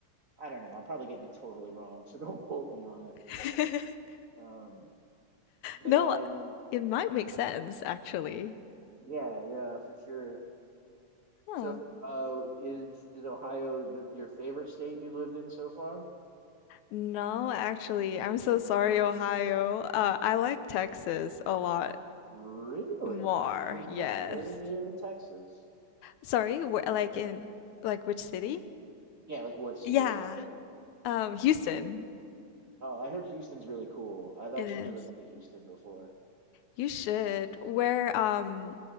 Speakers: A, on the right; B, on the left.
A: I don't know. I'm probably getting it totally wrong, so <laughs> don't quote me on it.
B: <laughs>
A: But um, but
B: No,
A: um,
B: it might make sense actually.
A: yeah, yeah, for sure.
B: Huh.
A: So, uh, is is Ohio the, your favorite state you lived in so far?
B: No, actually, I'm so sorry, Ohio. Uh, I like Texas a lot
A: Really?
B: more.
A: Where did
B: Yes.
A: you Where did you live in Texas?
B: Sorry, wh like in like which city?
A: Yeah, like what city
B: Yeah.
A: or what area?
B: Um, Houston.
A: Oh, I heard Houston's really cool. I've actually
B: It is.
A: never been to Houston before.
B: You should. Where, um,